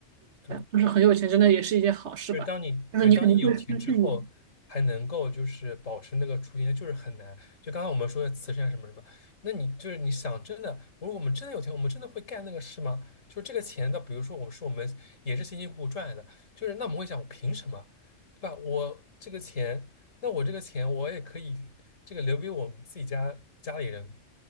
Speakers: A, on the left; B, on the right.
A: 对。
B: 就是很有钱，真的也是一件好事吧，
A: 就是当你对当你有钱之后，
B: 就是你肯定会失去你。
A: 还能够就是保持那个初心，就是很难。就刚刚我们说的慈善什么什么，那你就是你想真的，我说我们真的有钱，我们真的会干那个事吗？就是这个钱那比如说我是我们也是辛辛苦苦赚来的，就是那我们会想，凭什么，对吧？我这个钱，那我这个钱我也可以这个留给我们自己家家里人，